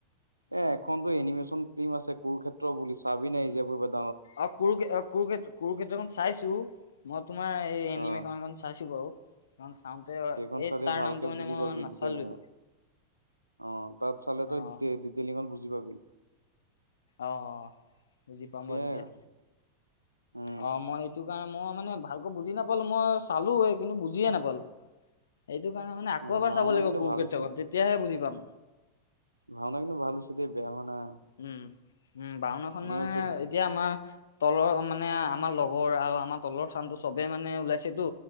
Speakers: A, on the right (about 85°); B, on the left (about 65°).
A: এ এখনতটো এনিমেশ্যন ফিল্ম আছে কৰু ক্ষেত্ৰ বুলি চাবি নাই যে ফ
B: অঁ কুৰুকে কুৰুকেত কুৰুক্ষেত্ৰ খন চাইছো মই তোমাৰ এই এনিমেশ্যন
A: অ'।
B: এখন চাইছো বাৰু কাৰন চাওতে
A: সেইখন
B: এই
A: চালে
B: তাৰ
A: ভালকে
B: নামটো মানে
A: বুজি
B: মই
A: পাবি
B: নাচালোৱে।
A: ডিটেইলিঙত অ তাত চালে তই
B: অ
A: ডিটেইলিঙত বুজি পাবি।
B: অ অ বুজি পাম
A: সেয়াই
B: বাৰু তেতিয়া
A: আৰু উম।
B: অ মই সেইটো কাৰণে মই মানে ভালকৈ বুজি নাপালো মই চালোএ কিন্তু বুজিয়ে নাপালো। সেইতো কাৰেনে মানে আকৌ
A: উম
B: এবাৰ
A: ভাওনা
B: চাব লাগিব
A: কিন্তু
B: কুৰুক্ষেত্ৰ
A: ভাল হৈছে
B: খন তেতিয়াহে বুজি পাম।
A: ভাওনা কিন্তু ভাল হইচে দেই বেয়া হোৱানাই।
B: উম উম বওনাখন মানে
A: হৈছে কিন্তু
B: এতিয়া আমাৰ। তলৰ মানে আমাৰ লগৰ আৰু আমাৰ তলৰ চামটো চবে মানে ওলাইছেতো